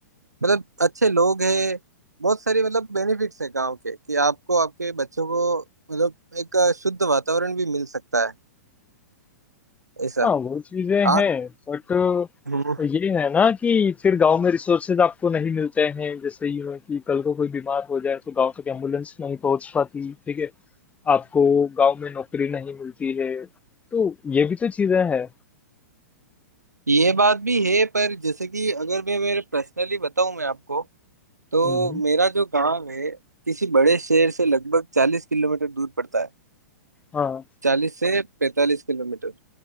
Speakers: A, on the right; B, on the left.
A: मतलब अच्छे लोग हैं बहुत सारी मतलब बेनिफिट्स है गांव के कि आपको आपके बच्चों को मतलब एक शुद्ध वातावरण भी मिल सकता है ऐसा
B: हाँ वो चीजें
A: आप
B: हैं बट
A: हम्म
B: ये है ना कि फिर गांव में रिसोर्सेज आपको नहीं मिलते हैं जैसे यूँ है कि कल को कोई बीमार हो जाए तो गांव तक एम्बुलेंस नहीं पहुंच पाती ठीक है आपको गांव में नौकरी नहीं मिलती है तो ये भी तो चीजें हैं
A: ये बात भी है पर जैसे कि अगर मैं मेरे पर्सनली बताऊं मैं आपको तो
B: हम्म
A: मेरा जो गांव है किसी बड़े शहर से लगभग चालीस किलोमीटर दूर पड़ता है
B: हाँ
A: चालीस से पैंतालीस किलोमीटर